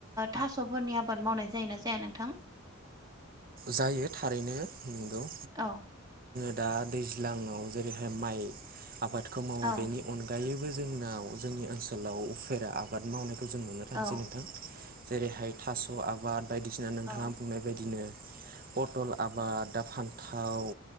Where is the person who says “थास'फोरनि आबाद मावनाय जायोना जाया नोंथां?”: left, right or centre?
Right